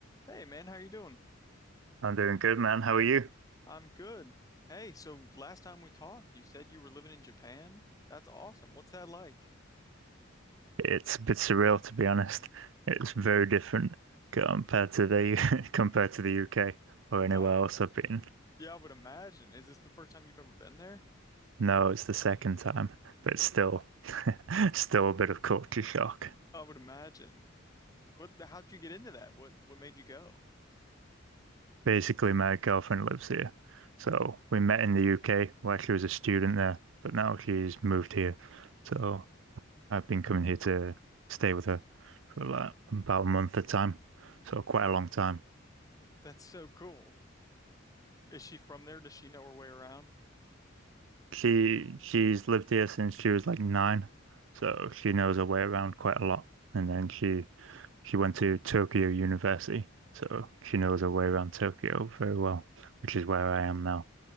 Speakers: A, on the left; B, on the right.
A: Hey man, how you doing?
B: I'm doing good, man. How are you?
A: I'm good. Hey, so last time we talked, you said you were living in Japan. That's awesome. What's that like?
B: It's a bit surreal, to be honest. It's very different compared to the U- <laughs> compared to the UK or anywhere
A: God,
B: else I've been.
A: yeah, I would imagine. Is this the first time you've ever been there?
B: No, it's the second time, but still, <laughs> still a bit of culture shock.
A: I would imagine. What, how'd you get into that? What, what made you go?
B: Basically, my girlfriend lives here, so we met in the UK where she was a student there, but now she's moved here. So I've been coming here to stay with her for like about a month at a time, so quite a long time.
A: That's so cool. Is she from there? Does she know her way around?
B: She she's lived here since she was like nine, so she knows her way around quite a lot. And then she she went to Tokyo University, so she knows her way around Tokyo very well, which is where I am now.